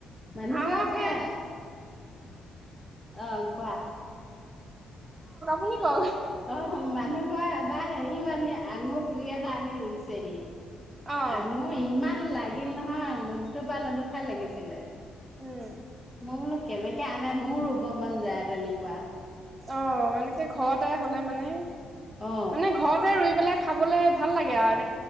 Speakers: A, on the left; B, on the right.
A: মানুহৰ
B: আমাক
A: একে
B: সেই
A: অহ, কোৱা।
B: তুমি কৰ
A: অ', মানুহ কয় এবাৰ হেৰি <unintelligible> আমি আঙুৰ পুলি এটা আনি ৰুই ছেহি।
B: অ',
A: আঙুৰ ইমান লাগিল নহয় লুডুবা লুডুখাই লাগিছিলে।
B: উম।
A: মই বোলো কেনেকে আনে মোৰো ৰুব মন যায় তেনেকুৱা।
B: অ', এনেকে ঘৰতে হ'লে মানে
A: অ
B: মানে ঘৰতে ৰুই পেলাই খাবলে ভাল লাগে আৰু এনে